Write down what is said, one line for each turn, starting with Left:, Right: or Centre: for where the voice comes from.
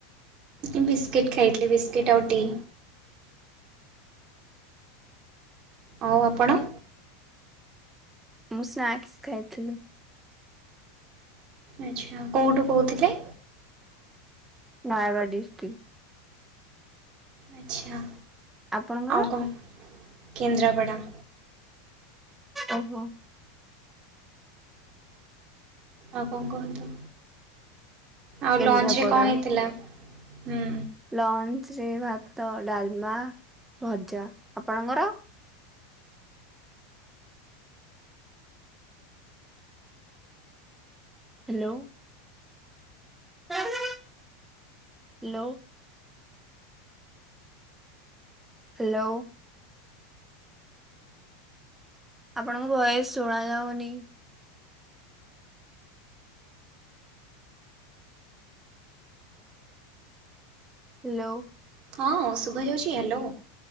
Right: ଏ ବିସ୍କିଟ୍ ଖାଇଥିଲି ବିସ୍କିଟ ଆଉ ଟି। ଆଉ ଆପଣ?
Centre: ମୁଁ ସ୍ନାକ୍ସ ଖାଇଥିଲି।
Right: ଆଚ୍ଛା। କୋଉଁଠୁ କହୁଥିଲେ?
Centre: ନୟାଗଡ ଡିଷ୍ଟ୍ରିକ୍ଟ।
Right: ଆଚ୍ଛା।
Centre: ଆପଣଙ୍କର?
Right: ଆଉ କଣ କେନ୍ଦ୍ରାପଡ଼ା।
Centre: ଓହୋ।
Right: ଆଉ କଣ କୁହନ୍ତୁ? ଆଉ
Centre: କେନ୍ଦ୍ରାପଡା।
Right: ଲଞ୍ଚରେ କଣ ହେଇଥିଲା? ହୁଁ
Centre: ଲଞ୍ଚରେ ଭାତ, ଡାଲମା, ଭଜା। ଆପଣଙ୍କର? ହାଲୋ। ହିଲୋ ହାଲୋ ଓ। ଆପଣଙ୍କ ଭଏସ ଶୁଭା ଯାଉନି। ହିଲୋ।
Right: ହଁ ଶୁଭା ଯାଉଛି ହ୍ୟାଲୋ।